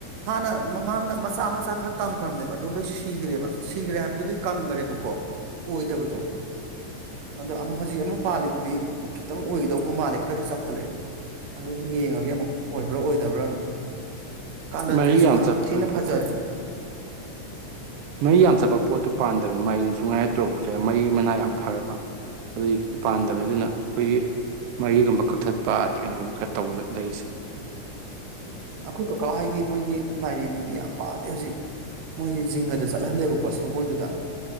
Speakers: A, on the right (about 65°); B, on the right (about 85°).
A: ꯍꯥꯟꯅ ꯃꯃꯥꯡꯗ ꯃꯆꯥ ꯃꯆꯥ ꯈꯔ ꯇꯝꯈ꯭ꯔꯕꯅꯦꯕ ꯑꯗꯣ ꯂꯣꯏ ꯁꯤꯈ꯭ꯔꯦꯕ ꯁꯤꯈ꯭ꯔꯦ ꯍꯥꯏꯕꯗꯤ ꯂꯣꯏ ꯀꯪꯈ꯭ꯔꯦꯕꯀꯣ꯫ ꯑꯣꯏꯗꯕꯗꯣ ꯑꯗꯣ ꯑꯃꯨꯛ ꯍꯧꯖꯤꯛ ꯑꯃ ꯄꯥꯜꯂꯤꯗꯨꯗꯤ ꯈꯤꯇꯪ ꯑꯣꯏꯒꯗꯧꯕ ꯃꯥꯜꯂꯦ ꯈꯔꯗꯤ ꯆꯥꯎꯈꯠꯂꯛꯑꯦ꯫ ꯑꯗꯨꯗꯤ ꯌꯦꯡꯉꯒꯦ ꯑꯃꯨꯛ ꯑꯣꯏꯕ꯭ꯔꯥ ꯑꯣꯏꯗꯕ꯭ꯔꯥ ꯀꯥꯂꯥꯟꯗ꯭ꯔꯤꯁꯨ
B: ꯃꯔꯤ
A: ꯌꯥꯝ
B: ꯆꯠꯄ
A: ꯊꯤꯅ
B: ꯐꯠꯇꯕꯅꯤ
A: ꯐꯖꯔꯦ꯫
B: ꯃꯔꯤ ꯌꯥꯝ ꯆꯠꯄ ꯄꯣꯠꯇꯨ ꯄꯥꯟꯗꯕꯅꯦ ꯃꯥꯏꯔꯦꯟꯁꯨꯨꯡ ꯉꯥꯏꯔꯦ ꯇꯣꯔꯣꯕꯣꯠꯁꯨ ꯉꯥꯏꯔꯦ ꯃꯔꯤ ꯃꯅꯥ ꯌꯥꯝ ꯐꯔꯕ ꯑꯗꯨꯒꯤ ꯄꯥꯟꯗꯕꯅꯤ ꯗꯨꯅ ꯑꯩꯈꯣꯏꯒꯤ ꯃꯔꯤꯒꯨꯝꯕ ꯀꯛꯊꯠꯄ ꯑꯗꯩ ꯀꯩꯅꯣꯒꯨꯝꯕ ꯈꯔ ꯇꯧꯔꯥ ꯂꯩꯔꯤꯁꯦ
A: ꯑꯩꯈꯣꯏ ꯀꯀꯥ ꯍꯣꯏꯒꯤ ꯃꯣꯏꯒꯤ ꯃꯥꯏꯔꯦꯟꯗꯨꯗꯤ ꯌꯥꯝ ꯄꯥꯜꯂꯦ ꯍꯧꯖꯤꯛ ꯃꯣꯏꯗꯤ ꯖꯤꯡꯒꯗ ꯆꯠꯍꯜꯂꯦꯕꯀꯣ ꯑꯣ ꯁꯪꯒꯣꯏꯗꯨꯗ